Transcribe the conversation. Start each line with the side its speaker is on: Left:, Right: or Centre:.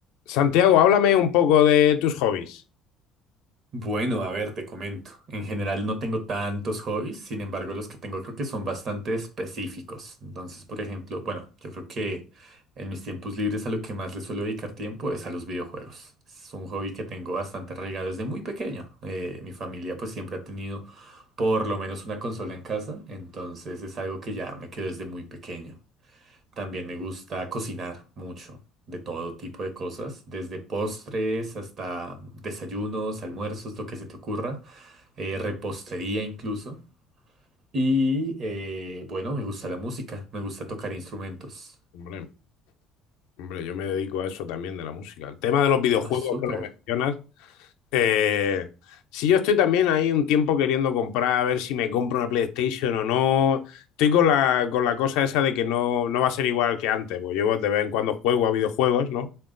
Left: Santiago, háblame un poco de tus hobbies.
Right: Bueno, a ver, te comento. En general no tengo tantos hobbies, sin embargo los que tengo creo que son bastante específicos. Entonces, por ejemplo, bueno, yo creo que en mis tiempos libres a lo que más le suelo dedicar tiempo es a los videojuegos. Es un hobby que tengo bastante arraigado desde muy pequeño. Eh, mi familia pues siempre ha tenido por lo menos una consola en casa, entonces es algo que ya me quedó desde muy pequeño. También me gusta cocinar mucho, de todo tipo de cosas, desde postres hasta desayunos, almuerzos, lo que se te ocurra, eh, repostería incluso. Y eh, bueno, me gusta la música, me gusta tocar instrumentos.
Left: Hombre, hombre, yo me dedico a eso también de la música. El tema de los videojuegos
Right: Ah, súper.
Left: que lo mencionas. eh, sí, yo estoy también ahí un tiempo queriendo comprar, a ver si me compro una PlayStation o no. Estoy con la, con la cosa esa de que no, no va a ser igual que antes, porque yo de vez en cuando juego a videojuegos, ¿no?